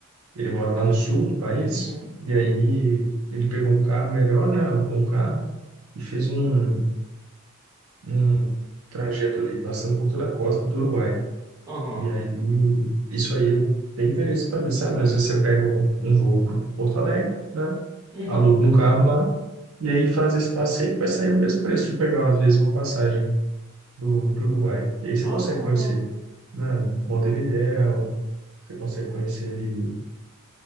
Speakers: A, on the right; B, on the right.
A: ele mora lá no sul do país,
B: Uhum,
A: e aí ele pegou um carro melhor, né, alugou um carro e fez um, um trajeto ali, passando por toda a costa do Uruguai.
B: aham,
A: E aí, isso aí eu tenho interesse em fazer, sabe? Às vezes você pega um, um voo para Porto Alegre, né?
B: uhum.
A: Aluga um carro lá e aí faz esse passeio que vai sair o mesmo preço de pegar, às vezes, uma passagem do pro Uruguai. E aí você
B: Ah,
A: consegue conhecer,
B: legal.
A: né? Montevidéu, você consegue conhecer ali